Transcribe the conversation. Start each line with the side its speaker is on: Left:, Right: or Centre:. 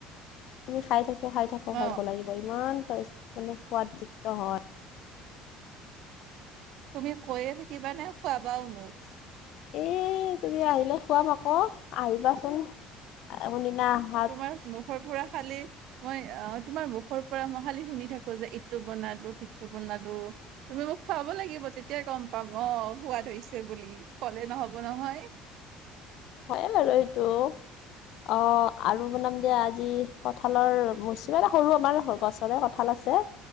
Left: তুমি খাই থাকো খাই থাকো
Right: অ
Left: হেণেকুৱা লাগে। ইমান পাই মানে সোৱাদযুক্ত হয়।
Right: তুমি কৈয়ে থাকিবা নে, ‌খুৱাবাও মোক?
Left: এ তুমি আহিলে খুৱাম আকৌ, আহিবাচোন, কোনদিনা আ
Right: তোমাৰ মুখৰ পুৰা খালি মই আ তোমাৰ মুখৰ পৰা মই খালি শুনি থাকো যে এইটো বনালো, সিটো বনালো তুমি মোক খোৱাব লাগিব তেতিয়াই গম পাম, অ সোৱাদ হৈছে বুলি, কলে নহব নহয়।
Left: হয়ে বাৰু সেইটো। অ, আৰু বনাম দিয়া আজি কঠালৰ মৌচিমাটা সৰু আমাৰ গছ ৰে কঁঠাল আছে।